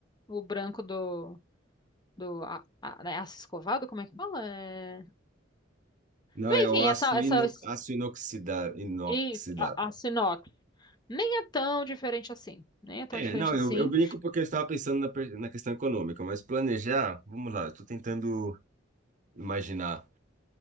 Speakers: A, on the left; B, on the right.
A: O branco do, do a, a, né, aço escovado, como é que fala? É...
B: Não,
A: Enfim,
B: é o aço,
A: essa, essa
B: ino, aço inoxida- inoxidável.
A: e a, a sinox nem é tão diferente assim, nem é tão
B: É,
A: diferente
B: não,
A: assim.
B: eu, eu brinco porque eu estava pensando na, per- na questão econômica, mas planejar, vamos lá, eu estou tentando imaginar.